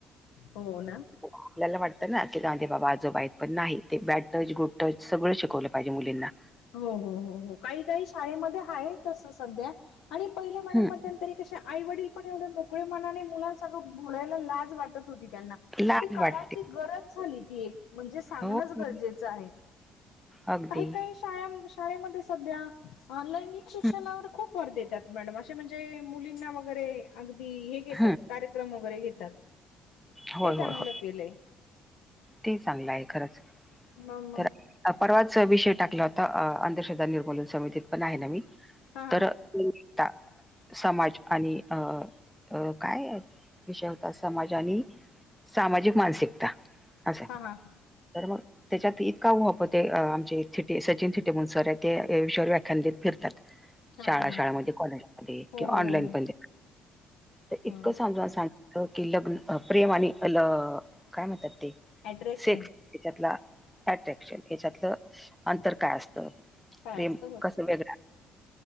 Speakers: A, on the left; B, in the centre.
A: हो ना.
B: आपल्याला वाटत ना की, जावू दे बाबा आजोबा आहेत पण नाही. ते बॅड टच, गूड टच सगळं शिकवलं पाहिजे मुलींना.
A: हो हो हो हो काही काही शाळेमध्ये आहे तस सध्या आणि पहिल्या मॅडम
B: हम्म
A: मध्ये तरी कशा आई वडील पण एवढे मोकळे मनाने मुलांसंग बोलायला लाज वाटत होती त्यांना
B: लाज
A: पण ती काळाची
B: वाटते
A: गरज झाली ती एक म्हणजे सांगणच
B: हो
A: गरजेचं आहे.
B: अगदी
A: काही काही शाळां शाळेमध्ये सध्या लैंगिक शिक्षणावर
B: हं,
A: खूप भर देतेत. त्यात मॅडम असे म्हणजे मुलींना वगैरे अगदी हे घेतात.
B: हं.
A: कार्यक्रम वगैरे घेतात.
B: होय,
A: ते चांगलं
B: होय, होय.
A: केलंय.
B: ते चांगलं हाय खरंच.
A: म म.
B: तर परवाच विषय टाकला होता, अ अंधश्रद्धा निर्मूलन समितीत पण आहे ना मी,
A: हा
B: तर इंस्टा समाज आणि अ काय विषय होता समाज आणि सामाजिक मानसिकता असं.
A: हां हां
B: तर मग त्याच्यात इतका उहप ते आमचे थिटे सचिन थीटे म्हणून एक सर आहे ते विषयावर व्याख्यान देत फिरतात
A: हा
B: शाळा
A: हा हा
B: शाळामध्ये कॉलेजमध्ये
A: हो
B: किंवा
A: हो
B: ऑनलाईन
A: हो हो
B: पण तर इतकं
A: हं
B: सांडावा सांडव की लग्न प्रेम आणि काय म्हणतात ते
A: अट्रॅक्शन
B: सेक्स याच्यातला अट्रॅक्शन याच्यातलं अंतर काय असतं
A: काय
B: प्रेम
A: असतं बरं
B: कसं वेगळा